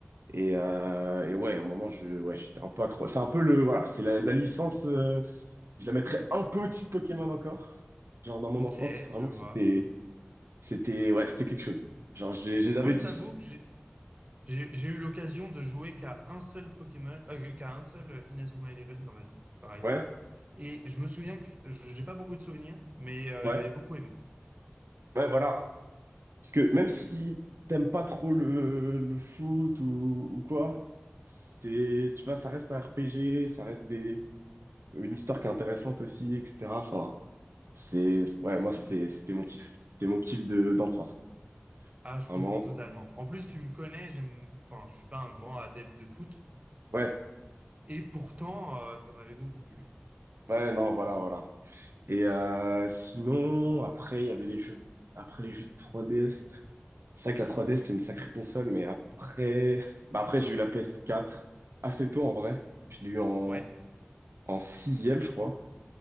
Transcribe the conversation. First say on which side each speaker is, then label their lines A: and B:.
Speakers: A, on the right; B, on the right.
A: Et, euh, et ouais, à un moment, je, ouais, j'étais un peu accro. C'est un peu le, voilà, c'est la, la licence. euh, je la mettrais un peu au-dessus de Pokémon encore. Genre dans mon
B: ok,
A: enfance, vraiment,
B: je vois.
A: c'était, c'était, ouais, c'était quelque chose. Genre, je les, je les avais
B: Moi, je
A: tous.
B: t'avoue que j'ai- J'ai j'ai eu l'occasion de jouer qu'à un seul Pokémon, euh, qu'à un seul euh, Inazuma Eleven dans ma vie, pareil.
A: Ouais,
B: Et je me souviens que c- je- j'ai pas beaucoup de souvenirs, mais euh,
A: ouais,
B: j'avais beaucoup aimé.
A: ouais, voilà. Parce que même si
B: Mm.
A: t'aimes pas trop le, le foot ou, ou quoi, c'est, tu vois, ça reste un RPG, ça reste des, une histoire qui est intéressante aussi, etc. Enfin. C'est, ouais, moi, c'était, c'était mon kiff. C'était mon kiff de, d'enfance, quoi.
B: Ah, je comprends
A: Vraiment.
B: totalement. En plus, tu me connais, j'aime, enfin, je suis pas un grand adepte de foot,
A: Ouais,
B: et pourtant, euh, ça m'avait beaucoup plu.
A: ouais, non, voilà, voilà. Et euh, sinon, après, il y avait les jeux, après les jeux de 3DS. C'est vrai que la 3DS, c'était une sacrée console, mais après, bah après, j'ai eu la PS4 assez tôt, en vrai. Je l'ai eu en,
B: Ouais,
A: en sixième, je crois.